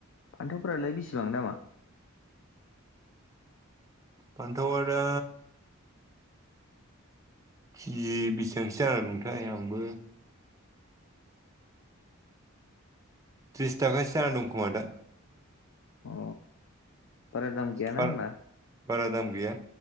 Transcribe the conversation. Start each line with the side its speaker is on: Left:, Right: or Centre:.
Left: फान्थावफोरालाय बेसेबां दामा
Right: फान्थावा दा केजि बेसेबांसो जानानै दंथाय आंबो त्रिसथाखासो जाना दं खोमा दा
Left: अ बारा दाम गैया
Right: बारा
Left: ना होमब्ला?
Right: बारा दाम गैया